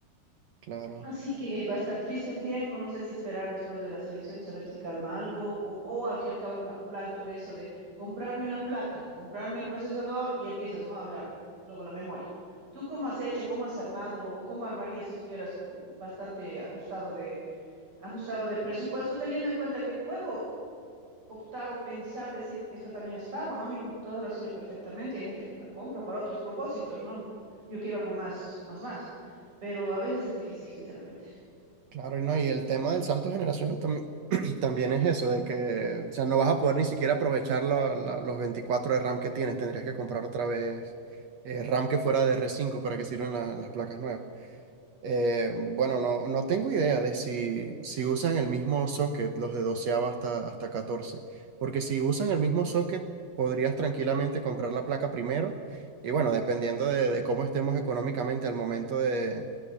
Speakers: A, on the right (about 65°); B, on the right (about 35°).
A: claro,
B: Así que va a estar triste un tiempo, no sé si esperar después de las elecciones a ver si calma algo, o, o al fin y al cabo alguna- un plan tuve eso de comprarme una placa, comprarme el procesador y empiezas, ¿no? A hablar, luego la memoria. ¿Tú cómo has hecho, cómo has armado o cómo armarías si estuvieras co- bastante ajustado de, ajustado de presupuesto, teniendo en cuenta que puedo optar o pensar, decir, esto también es pago, ¿no? Mi computadora sirve perfectamente y hay gente que la compra para otros propósitos, ¿no? Yo quiero algo más, más, más, pero a veces es difícil, sinceramente.
A: claro, y no, y el tema del salto generacional también, <clears throat> también es eso, de que, o sea, no vas a poder ni siquiera aprovechar la- la- los 24 de RAM que tienes, tendrías que comprar otra vez eh, RAM que fuera de D r cinco para que sirvan la- las placas nuevas. Eh, bueno, no, no tengo idea de si, si usan el mismo socket, los de 12 hasta, hasta 14, porque si usan el mismo socket, podrías tranquilamente comprar la placa primero y bueno, dependiendo de, de cómo estemos económicamente al momento de,